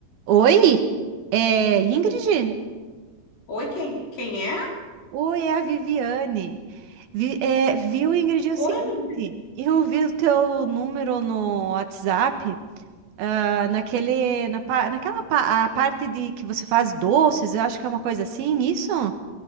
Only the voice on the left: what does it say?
Oi, quem, quem é?
Oi,
Vivi.